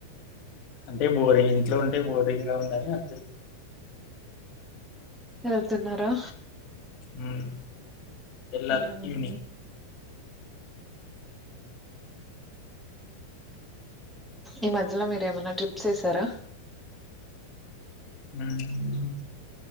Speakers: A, on the left; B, in the centre.
A: అంటే బోరింగ్ ఇంట్లో ఉంటే బోరింగ్ గా ఉందని ఆ
B: వెళ్తున్నారా
A: ఉమ్ వెళ్ళాలి
B: ఉమ్
A: ఈవినింగ్
B: ఈ మధ్యలో మీరు ఏమన్నా ట్రిప్స్ వేశారా
A: ఉమ్